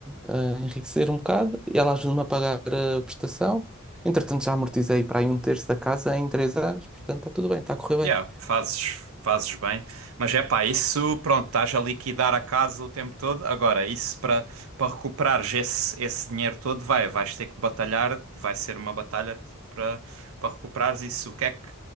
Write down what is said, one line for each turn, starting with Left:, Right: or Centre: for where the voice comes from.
Centre: a enriquecer um bocado, e ela ajuda-me a pagar a prestação. Entretanto, já amortizei para aí um terço da casa em três anos, portanto, está tudo bem, está a correr
Right: Yeah,
Centre: bem.
Right: fazes, fazes bem. Mas é pá, isso, pronto, estás a liquidar a casa o tempo todo. Agora, isso para para recuperares esse, esse dinheiro todo, vai, vais ter que batalhar, vai ser uma batalha tipo, para para recuperares isso. O que é que.